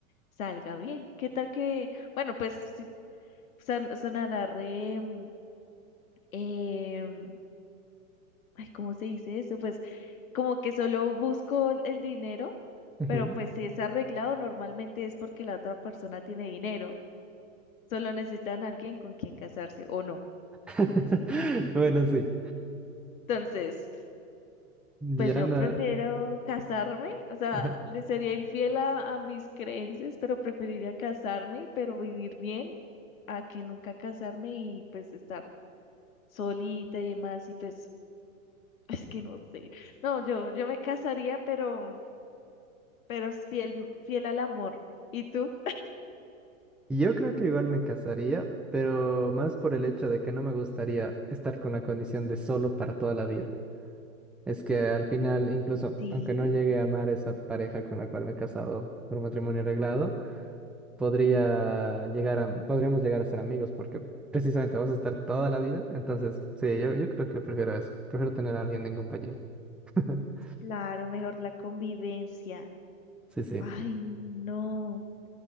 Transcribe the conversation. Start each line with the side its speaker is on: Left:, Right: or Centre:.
Left: salga bien. ¿Qué tal que, bueno, pues si son, sonará re, mm, em, ay, ¿cómo se dice eso? Pues como que solo busco el dinero,
Centre: ujú.
Left: pero pues si es arreglado normalmente es porque la otra persona tiene dinero. solo necesitan alguien con quien casarse o no.
Centre: <laughs> Bueno, sí.
Left: Entonces, pues
Centre: Ya
Left: yo
Centre: no.
Left: prefiero casarme, o sea,
Centre: ajá.
Left: le sería infiel a, a mis creencias, pero preferiría casarme, pero vivir bien, a que nunca casarme y pues estar solita y demás, y pues <laughs> es que no sé. No, yo, yo me casaría, pero, pero es fiel, fiel al amor. ¿Y tú?
Centre: Yo creo que igual me casaría, pero más por el hecho de que no me gustaría estar con la condición de solo para toda la vida. Es que al final, incluso
Left: Sí,
Centre: aunque no llegue a amar a esa pareja con la cual me he casado por matrimonio arreglado, podría llegar a, podríamos llegar a ser amigos porque precisamente vamos a estar toda la vida. Entonces, sí, yo, yo creo que prefiero eso. Prefiero tener a alguien en compañía. <laughs>
Left: claro, mejor la convivencia.
Centre: Sí, sí.
Left: Ay, no.